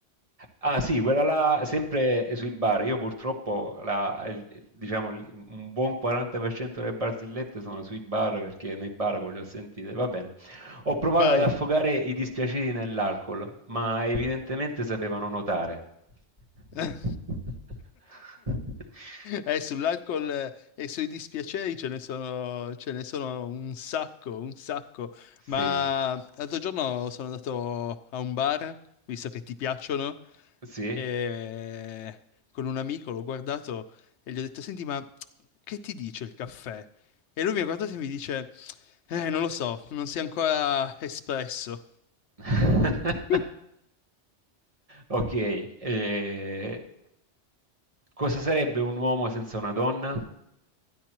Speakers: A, on the right (about 30°); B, on the left (about 75°).
A: Ah sì, quella là, sempre sui bar. Io purtroppo, la- il- il- diciamo, il- un buon 40% delle barzellette sono sui bar perché nei bar poi le ho sentite. Va bene. Ho provato
B: Vai.
A: ad affogare i dispiaceri nell'alcol, ma evidentemente sapevano nuotare.
B: <laughs>
A: <laughs>
B: Eh, sull'alcol eh, e sui dispiaceri ce ne sono, ce ne sono un sacco, un sacco.
A: Sì,
B: Ma l'altro giorno sono andato a un bar, visto che ti piacciono,
A: sì.
B: e con un amico l'ho guardato e gli ho detto: Senti, ma che ti dice il caffè? E lui mi ha guardato e mi dice: Eh, non lo so, non si è ancora espresso.
A: <laughs>
B: <laughs>
A: Ok, eh, cosa sarebbe un uomo senza una donna?